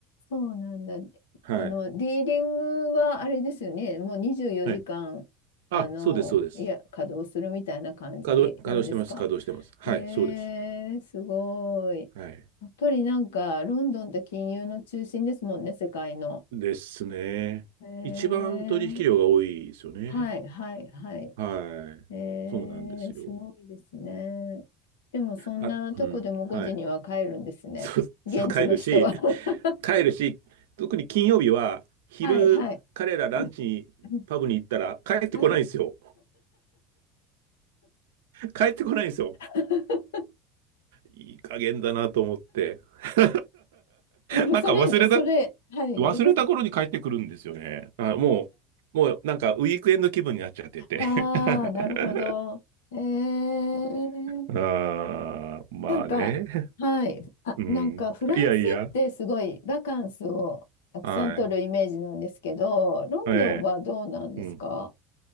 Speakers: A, on the left; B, on the right.
A: そうなんだ。
B: はい。
A: あの、ディーリングはあれですよね。もう24時間、
B: はい。
A: あの、
B: あ、そうです、そうです。
A: いや、稼働するみたいな感じなんですか。
B: 稼働、稼働してます、稼働してます。はい、
A: えー、
B: そうです。
A: すごい。
B: はい。
A: やっぱりなんか、ロンドンって金融の中心ですもんね、世界の。
B: ですね。
A: えー、
B: 一番取引量が多いですよね。
A: はい、はい、はい。
B: はい。
A: えー、
B: そうなんですよ。
A: すごいですね。でもそんなとこでも5時には帰るんですね。
B: あ、うん。はい。<laughs> そう、
A: 現地の人は。
B: そう、帰るし、
A: <laughs>
B: 帰るし、特に金曜日は、昼、
A: はいはい。
B: 彼らランチに、
A: うんうん
B: パブに行ったら、帰ってこないんですよ。
A: はい。
B: 帰ってこないんですよ。
A: <laughs>
B: いい加減だなと思って。<laughs>
A: 許される、
B: なんか忘れた、
A: それ、はい、
B: 忘れた頃に帰ってくるんですよね。
A: 許す。
B: あ、もう、もうなんかウィークエンド気分になっちゃってて
A: ああ、
B: <laughs>
A: なるほど。えー、
B: あー、まあね。
A: なんか、はい、あ、
B: うん。
A: なんかフランスってすごいバカンスをたくさん取るイメージなんですけど、
B: いやいや。はい。
A: ロンドンはどうなんですか
B: ええ。うん。